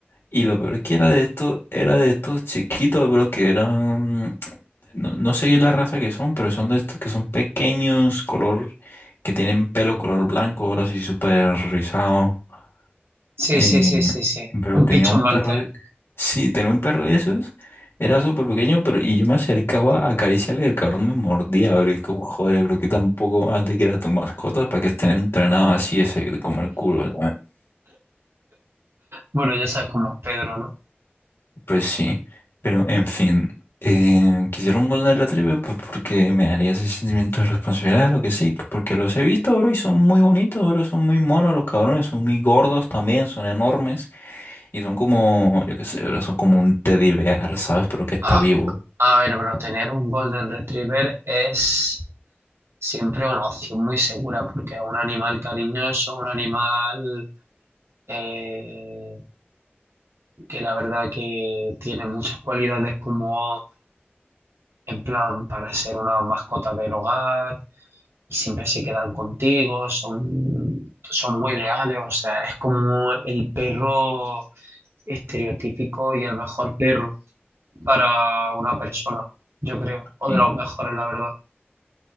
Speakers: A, on the left; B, on the right.
A: Y lo peor que era de esto, era de estos chiquitos, bro, que eran, no, no sé bien la raza que son, pero son de estos que son pequeños, color, que tienen pelo color blanco, bro, así súper rizado.
B: Sí,
A: Eh,
B: sí, sí, sí, sí.
A: pero
B: Un
A: tenía
B: pichón
A: un
B: maltés.
A: perro, de- sí, tenía un perro de esos, era súper pequeño, pero y yo me acercaba a acariciarle y el cabrón me mordía, bro, y es como, joder, bro, que tampoco has de que era tu mascota para que estén entrenados así, ese, como el culo,
B: Bueno, ya sabes cómo es Pedro, ¿no?
A: Pues sí, pero en fin, eh, quisiera un Golden Retriever pues porque me daría ese sentimiento de responsabilidad, lo que sí, pues, porque los he visto, bro, y son muy bonitos, bro, son muy monos los cabrones, son muy gordos también, son enormes y son como, yo qué sé, bro, son como un teddy bear, ¿sabes? Pero que está
B: A,
A: vivo.
B: a ver, pero tener un Golden Retriever es siempre una opción muy segura porque es un animal cariñoso, un animal eh, que la verdad que tiene muchas cualidades como en plan para ser una mascota del hogar y siempre se quedan contigo, son, son muy leales, o sea, es como el perro estereotípico y el mejor perro para una persona, yo creo, o
A: Y,
B: de los mejores, la verdad.